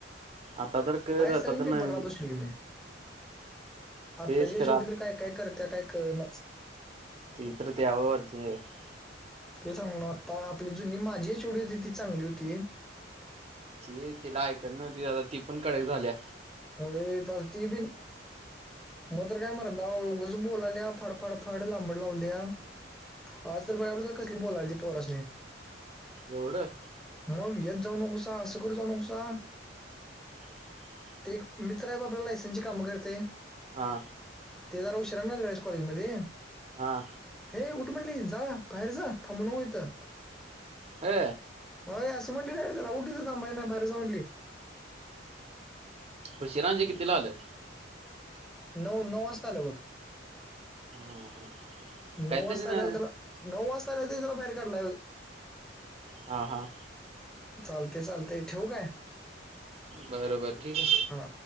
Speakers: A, on the right (about 35°); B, in the centre.
A: आता तर कर
B: हाय
A: आता
B: सवीन
A: तर नवीन
B: पेपबश ल मे
A: तेच
B: आत्ताची या
A: खरं
B: शेवटी तरी काय काय करत्या काय करणच
A: ते तर त्यावर वरतीहेत
B: ते सांगलो आत्ता आपली जुनी माझी एच ओ डी होती ती चांगली होती
A: ती तिला ऐकत नव्हती दादा ती पण कडक झालीया
B: होय आता ती बिन मग तर काय मरदा ओ उगच बोलाल्या फाडफाडफाड लांबड लावलीया हा तर भय्या बद्दल कसली बोलायला ती पोरासनी
A: एवढं
B: मग येत जाऊ नकोसा असं करत जाऊ नकोसा
A: <unintelligible>
B: ते एक मित्र हाय बघ आपल्या लायसनसची कामं करतय
A: हा
B: ते जरा उशिरान जायचं जाय कॉलेजमध्ये
A: हा
B: हे उठ म्हटली जा बाहेर जा थांबू नको इथं
A: हा
B: होय असं म्हटली डारेक्ट उठ इथं थांबायचं नाही बाहेर जा म्हटली.
A: उशिरा म्हणजे कितीला आलं?
B: नऊ, नऊ वाजता आलं बघ
A: हा हा
B: नऊ
A: काहीतरी
B: वाजता
A: ना
B: आल्यावर त्याला, नऊ वाजता आल्यावर त्याला बाहेर काढलाय बघ
A: हा हा
B: चालतय, चालतय ठेऊ काय?
A: बर, बर ठीक हाय
B: हा,